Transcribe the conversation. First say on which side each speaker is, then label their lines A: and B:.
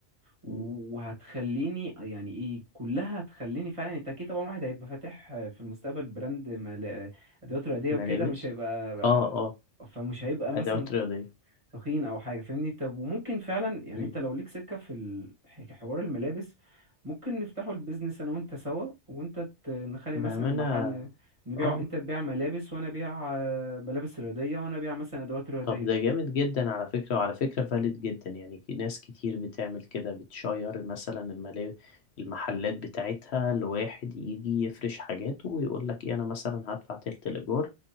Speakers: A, on the right (about 25°); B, on the left (about 65°).
A: وهتخليني
B: مم.
A: يعني ايه كلها هتخليني فعلا انت اكيد طبعا الواحد هيبقى فاتح في المستقبل براند مال- ادوات رياضيه
B: ملابس
A: وكده مش هيبقى
B: اه آه.
A: فمش هيبقى مثلا
B: أدوات رياضية
A: تخين او حاجه فاهمني طب وممكن فعلا يعني
B: مم.
A: انت لو ليك سكه في ال- ح- حوار الملابس ممكن نفتحوا البيزنس انا وانت سوا وانت ت- نخلي
B: بأمانة
A: مثلا محل نبيعه
B: اه
A: انت تبيع ملابس وانا ابيع آه، ملابس رياضيه وانا ابيع مثلا ادوات رياضيه
B: طب ده جامد جدا على فكرة وعلى فكرة فالid جدا يعني في ناس كتير بتعمل كده بتشير مثلا الملاهي المحلات بتاعتها لواحد يجي يفرش حاجاته ويقول لك ايه انا مثلا هدفع تلت الإيجار